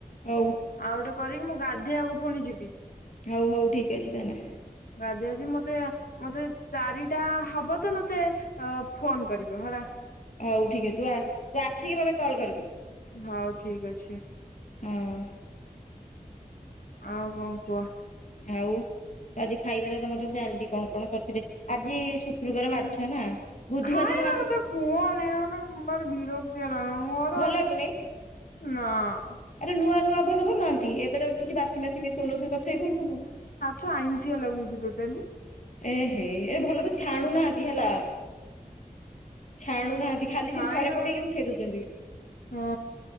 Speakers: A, on the left; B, on the left.
A: ହଉ।
B: ଆଉ ଗୋଟେ କରିକି ମୁଁ ଗାଧୋଇବାକୁ ପୁଣି ଯିବି।
A: ହଉ ହଉ ଠିକ୍ ଅଛି ତାହେଲେ।
B: ଗାଧେଇବାକୁ ଯିବି ମତେ ମତେ ଚାରିଟା ହବ ତ ମତେ ଅ ଫୋନ କରିବ ହେଲା।
A: ହଉ ଠିକେ ତୁ ତୁ ଆସିକି ମତେ କଲ୍ କରିବୁ।
B: ହଉ ଠିକ ଅଛି।
A: ହଁ।
B: ଆଉ କଣ କୁହ?
A: ଆଉ ତ ଆଜି ଖାଇବାର ତମର ତ ଜାଣିଲି କଣ କଣ କରିଥିଲେ ଆଜି ଶୁକ୍ରବାର ମାଛ ନା ବୁଧବାର
B: ଖାଇବା
A: ଦିନ ମାଛ
B: ମତେ କୁହ ନ ବିରକ୍ତିଆ <unintelligible>
A: ଭଲ ଲାଗୁନି
B: ନାଁ
A: ଆରେ ନୂଆ ନୂଆ ଭଲ ହଉନାହାନ୍ତି ଏବେ ତ କିଛି ବାସି ମାସି ମିଶଉ ନଥିବେ <unintelligible>
B: ଛ ଆଇଁସିଆ ଲାଗୁଛି ଟୋଟାଲି
A: ଏ ହେ ଏରେ ଭଲ ତ ଛାଣୁନାହାନ୍ତି ହେଲା। ଛାଣୁନାହାନ୍ତି ଖାଲି
B: ଖାଇବା
A: ସେମି ଥରେ ପକେଇକି ଉଠେଇ ଦଉଛନ୍ତି।
B: ହଁ